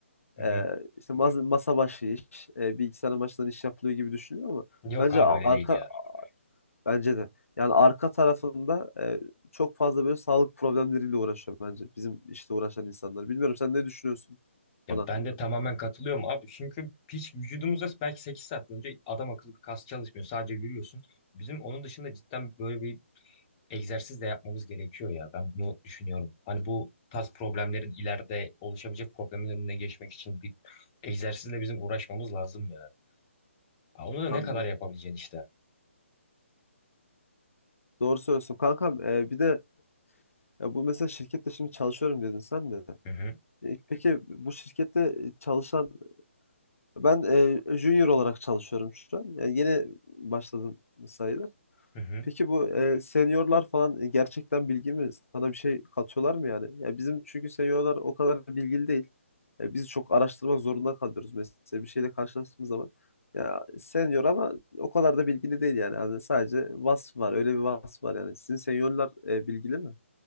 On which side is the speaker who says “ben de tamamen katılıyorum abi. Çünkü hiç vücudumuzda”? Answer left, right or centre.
Left